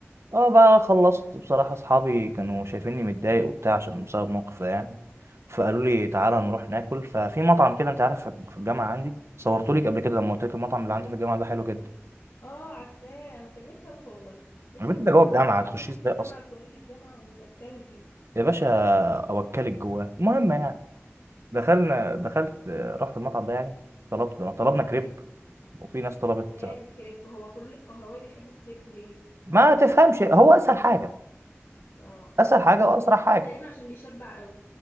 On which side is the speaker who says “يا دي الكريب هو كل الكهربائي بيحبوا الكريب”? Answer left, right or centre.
Left